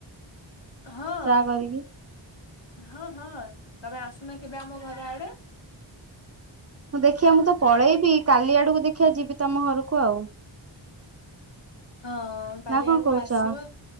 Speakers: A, on the left; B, on the right.
A: ହଁ
B: ଚା କରିକି।
A: ହଁ ହଁ ତମେ ଆସୁନ କେବେ ଆମ ଘରେ ଆଡେ।
B: ହଁ ଦେଖିଆ ମୁଁ ତ ପଳେଇବି କାଲି ଆଡକୁ ଦେଖିବା ଯିବି ତମ ଘରକୁ ଆଉ।
A: ହଁ କାଲି
B: ନା କଣ
A: ଆଡକୁ
B: କହୁଛ?
A: ଆସିବ